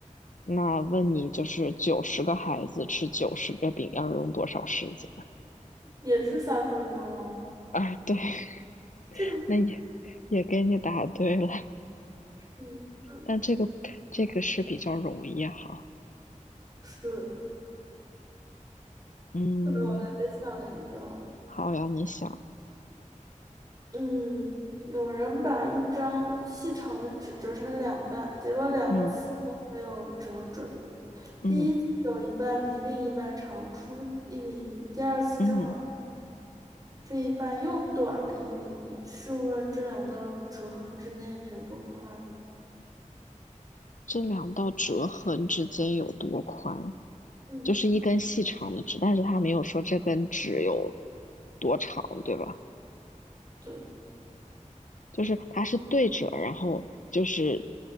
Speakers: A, on the left; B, on the right.
A: 那问你就是九十个孩子吃九十个饼要用多少时间？<laughs>
B: 也是三分钟啊。
A: 啊，对，<laughs>
B: 这个，
A: 那也也给你答对了，
B: 嗯嗯，
A: 但这个这个是比较容易哈。
B: 是，
A: 嗯，
B: 还得想一个。
A: 好呀，你想，
B: 嗯，有人把一张细长的纸折成两半，结果两次都没有折准。
A: 嗯嗯
B: 第一次有一半比另一半长出一厘米，第二次正好
A: 嗯，
B: 这一半又短了一厘米。试问这两道折痕之间有多宽？
A: 这两道折痕之间有多宽？
B: 嗯，
A: 就是一根细长的纸，但是他没有说这根纸有多长，对吧？
B: 对。
A: 就是它是对折，然后就是